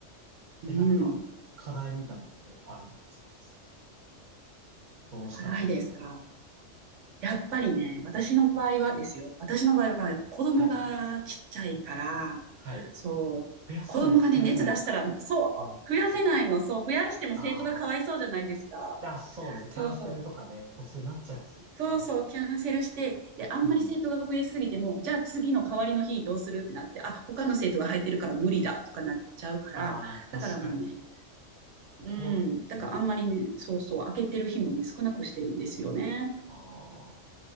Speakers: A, on the right; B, on the right.
A: うん。
B: え、なんか、課題みたいなのってあるんですかどうしたらみたいな。
A: 辛いですか。やっぱりね、私の場合はですよ。私の場合は子供がちっちゃいから、
B: はい。はい。
A: そう、
B: 増やそうにも増やせないのか。
A: 子供がね、熱出したら、そう、
B: うん。
A: 増やせないの。そう、増やしても生徒がかわいそうじゃないですか。
B: あーあ、そうですね。
A: そう
B: キャンセルとかね、突然なっちゃいますもんね。
A: そうそう、キャンセルして、で、あんまり生徒が増えすぎても、
B: うん。
A: じゃあ次の代わりの日どうするってなって、あ、他の生徒が入ってるから無理だとかなっちゃうから、
B: ああ、確かに。
A: だからもうね、うん、
B: こう、
A: だからあんまりね、
B: うん。
A: そうそう、開けてる日もね、少なくしてるんですよね。
B: ああ、